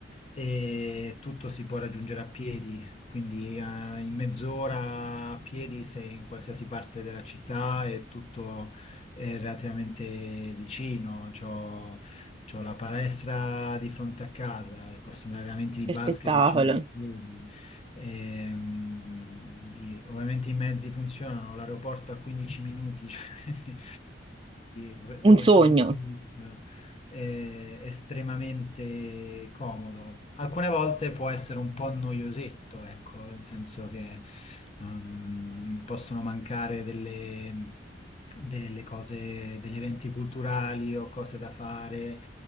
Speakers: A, on the left; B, on the right.
A: e tutto si può raggiungere a piedi, quindi eh, in mezz'ora a piedi sei in qualsiasi parte della città e tutto è relativamente vicino. C'ho, c'ho la palestra di fronte a casa, posso andare allenamenti di
B: che
A: basket
B: spettacolo.
A: di 100 piedi. Ehm, i- ovviamente i mezzi funzionano, l'aeroporto a 15 minuti, <laughs> cioè, quindi quindi que-
B: Un
A: da questo
B: sogno.
A: punto di vista eh, estremamente comodo. Alcune volte può essere un po' noiosetto, ecco, nel senso che non possono mancare delle, delle cose, degli eventi culturali o cose da fare,